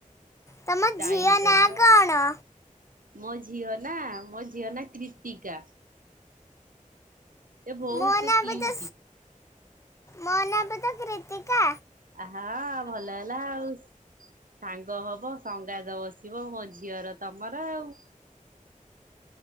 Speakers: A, on the left (about 20°); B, on the right (about 80°).
A: ତମ
B: ଷ୍ଟାଇଲ
A: ଝିଅ
B: କରିବ
A: ନାଁ କ'ଣ
B: ମୋ ଝିଅ ନା ମୋ ଝିଅ ନା କ୍ରିତିକା। ସେ ବହୁତ
A: ମୋ ନା
B: କିଉଟି
A: ବି ତ ମୋ ନା ବି ତ କ୍ରିତିକା
B: ଆହା ଭଲ ହେଲା ଆଉ ସାଙ୍ଗ ହବ ସଙ୍ଗାତ ବସିବ ମୋ ଝିଅର ତମର ଆଉ